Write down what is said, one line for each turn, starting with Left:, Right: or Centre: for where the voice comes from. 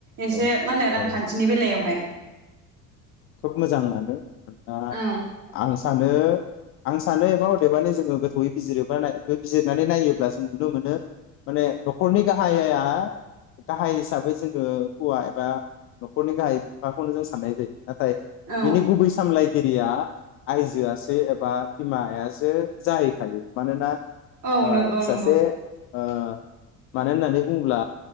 Right: एसे
Left: औ
Right: मा होनो रांखान्थिनि
Left: औ
Right: बेलायावहाय।
Left: खोब मोजांआनो दा
Right: औ
Left: आं सानो आं सानो एबा अदेबानि जोङो गोथौयै बिजिरोबा बिजिरनानै नायोब्ला जों नुनो मोनो माने नखरनि गाहाया गाहाय हिसाबै जोङो हौवा एबा नखरनि गाहाय बिफाखौनो जों साननाय जायो। नाथाय
Right: औ
Left: बिनि गुबै सामलायगि रिया आयजोआसो एबा बिमायासो जाहैखायो मानोना
Right: औ
Left: ओ
Right: नंगौ नंगौ।
Left: सासे ओ मानो होननानै बुङोब्ला